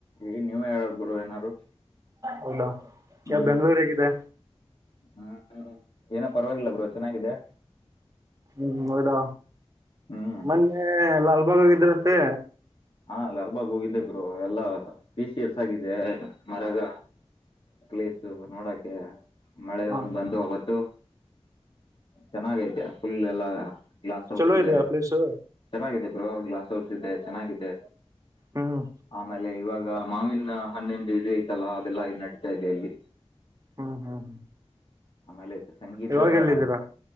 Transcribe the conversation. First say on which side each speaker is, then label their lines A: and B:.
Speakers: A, on the left; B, on the right.
A: ಏ ನೀವ ಹೇಳೋದ ಬ್ರೋ ಏನಾರು.
B: ಹೌದಾ
A: ಹ್ಮ್
B: ಬೆಂಗಳೂರ್ ಹೇಗಿದೆ.
A: ಹ್ಮ್. ಏನೋ ಪರವಾಗಿಲ್ಲ ಬ್ರೋ ಚೆನ್ನಾಗಿದೆ.
B: ಹ್ಮ್ ಹೌದಾ
A: ಹ್ಮ್
B: ಮೊನ್ನೆ ಲಾಲ್ಬಾಗ್ ಹೋಗಿದ್ದ್ರಿಯಂತೆ.
A: ಹಾ ಲಾಲ್ಬಾಗ್ ಹೋಗಿದ್ದೆ ಬ್ರೋ ಎಲ್ಲ ಪೀಶಿಯಸ್ ಆಗಿದೆ ಮರಗ <inaudible> ನೋಡೋಕೆ. ಮಳೆ
B: ಹ
A: ಒಂದ್ ಬಂದು ಅವತ್ತು ಚೆನ್ನಾಗ ಐತಿ ಫುಲ್ ಎಲ್ಲಾ. ಗ್ಲಾಸ್ ಹೌಸ್
B: ಚಲೋ
A: ಇದೆ
B: ಇದೆಯಾ ಪ್ಲೇಸು
A: ಚೆನ್ನಾಗಿದೆ ಬ್ರೋ ಗ್ಲಾಸ್ ಹೌಸ್ ಇದೆ ಚೆನ್ನಾಗಿದೆ.
B: ಹ್ಮ್
A: ಆಮೇಲೆ ಇವಾಗ ಈಗ ಮಾವಿನ ಹಣ್ಣಿಂದ ಇದು ಐತಲ್ಲಾ ಅದೆಲ್ಲಾ ನಡೀತಾ ಇದೆ ಅಲ್ಲಿ.
B: ಹ್ಮ್ ಹ್ಮ್.
A: ಆಮೇಲೆ ಸಂಗೀತ-
B: ಇವಾಗ ಎಲ್ಲಿದ್ದೀರಾ